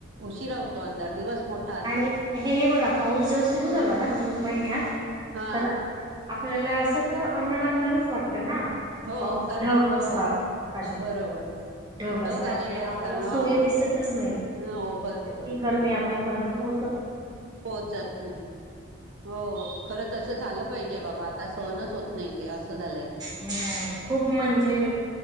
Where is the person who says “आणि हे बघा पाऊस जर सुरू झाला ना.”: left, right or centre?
Right